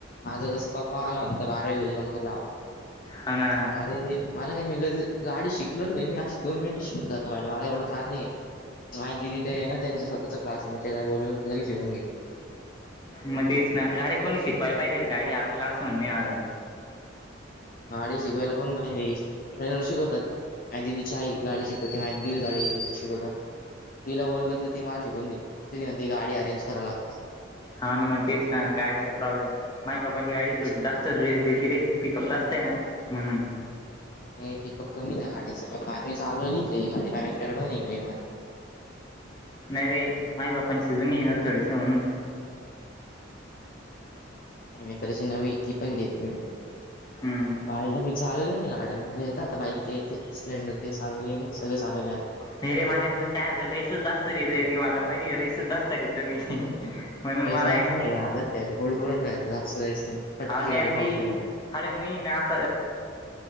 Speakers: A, on the left; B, on the left.
A: माझं कसं पप्पा आला होंत बारावी उदयंकर लाव
B: हो ना
A: मला हे मला नाही. <unintelligible> गाडी शिकलोेन मी अशी दोन मिनिटं शिकवून जातो गाडी मला एवढं ताण नाही आहे. माय दीदि ते आहे ना त्यांचा स्वतःचा क्लास आहे मी त्याला बोलून लगेच शिकून घेईल.
B: मग तेच ना घरी कोणी शिकवायला पाहिजे गाडी आपल्याला असं म्हणणे माझं.
A: गाडी शिकवायला कोण भाई मिळू शकते. ट्रेनर शिकवतात माय दिदिची आहे गाडी शिकवते माझं दिली गाडी एक. तिला बोलल तर ती मला शिकून देईल. <unintelligible> करावी लागते
B: हो ना मग तेच ना गाडीचा प्रॉब्लेम माझे प पांची ची गाडी
A: पण कशी
B: थोडी जास्त रेज देत रे पिकअप जास्त आहे ना म्हणून.
A: नाही पिकअप कमी त्या गाडीचा आम्ही ती चालवली ती गाडी माझे मित्रकडन. <unintelligible>
B: नाही रे माझ्या पप्पांची जुनी येणार थोडी सी म्हणून.
A: माय मित्राशी नवी ती पण घेतली.
B: हम्म.
A: पाहिलं मी चालवले आहे ना गाड्या मला येतात बाईक ते स्प्लेंडर ते चालवले ना सगळे चालवलेयात.
B: नाही रे माझ्याकडून काय होतं रेसचं जास्त देतय ती मला माहिती आहे रेसचं जास्त देतं मी. म्हणून
A: रेस
B: मला
A: द्यायचा
B: आहे ना
A: नाही आजर ठेवायचा होल्ड करून ठेवायचा जास्त <unintelligible> नाही. फटकीची
B: हा
A: गाडी
B: नेर
A: पंक्
B: मी
A: येऊन
B: अरे मी ना असं